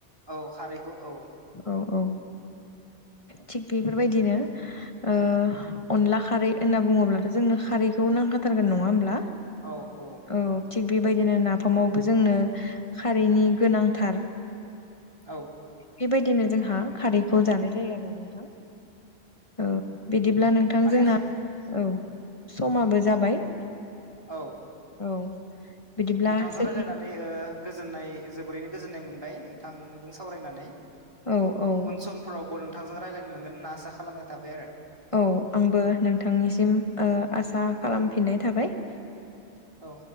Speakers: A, on the right; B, on the left.
A: औ खारैखौ औ
B: औ औ थिग बेफोरबायदिनो ओ अनला खारै होनना बुङोब्लाथ' जोंनो खारैखौ नांखा थारगोन नङा होमब्ला?
A: औ औ।
B: औ थिग बेबायदिनो नाफामावबो जोंनो खारैनि गोनांथार।
A: औ।
B: बेबायदिनो जोंहा खारैखौ जानाय जायो। औ बिदिब्ला नोंथां
A: माने
B: जोंना औ समाबो जाबाय।
A: औ।
B: औ। बिदिब्ला
A: नोंथांजों
B: जोंनि
A: रायलायनानै ओ गोजोननाय जोबोरैनो गोजोननाय मोनबाय नों थांजों सावरायनानै
B: औ औ
A: उन सम फोरावबो नोंथांजों रायलायनो मोनगोन होनना आसा खालामनाय थाबाय आरो।
B: औ आंबो नोंथांनिसिम ओ आसा खालाम फिननाय थाबाय।
A: औ।